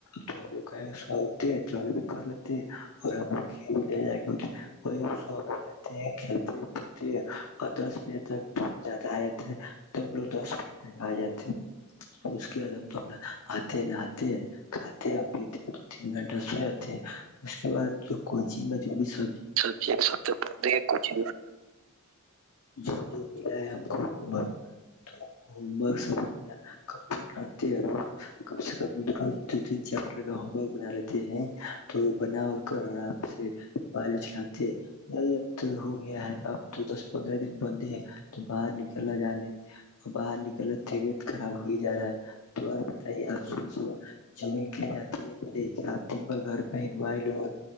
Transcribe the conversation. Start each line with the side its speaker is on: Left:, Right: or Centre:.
Left: تو ہم لوگح اٹتے ہیں جگگ بھی کر لیتے ہیں اور ہم لوگ کھیل بھی لے جائیں گ وہ ہم س جاتے ہیں کھیلتے پدتے اور دس بجے تک بت زیادہ آ جاتا ہے تو ہم لوگ دس بجے تک آ جاتے اس کے عدم تو نا آتے نہات کاتے پیتے دو تین گھٹہ سوجا <inaudible> اس کے بعد جو کوچ چ میں چی <unintelligible>
Right: سب چی سب دیکے کچھ
Left: جو جو ملا ہے ہم کو ہومورک تو ہوم ورک سب کمپٹ کرتے ر کم سے کم روز دو تین چیپٹر کا ہوم ورک بنا لیتے ہیں تو بنا ا کر آرام سے بالو چلاتے ہیں یہی اب تو ہو گیا ہے اب تو دس پندرہ دن بند ہی ہے تو باہر نکلنا جانے باہر نکلتے ہوئے خراب ہو ہی جا رہا ہے تو اور بتائیے آپ سوا جگگ کے لیے جاتے ہیں کہ نہیں آپ دن بھر گھر پہ ہی موبائل اور